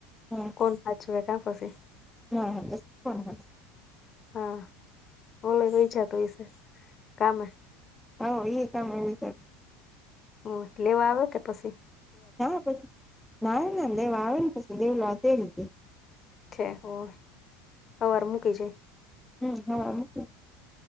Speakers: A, in the centre; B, on the left (about 35°).
A: હા.
B: કોણ સાચવે કા પસી.
A: <unintelligible>
B: હા, ઓમેં વહી હોઈશ જાતો વિશે કામે
A: હા, એ તમે <unintelligible>
B: હા, લેવા આવે કે પસી
A: હા, પછી ના ના લેવા આવે ને પછી દેવલો તેડી જાય.
B: છે. હમ સવાર મૂકી જાય.
A: હમ્મ, હા.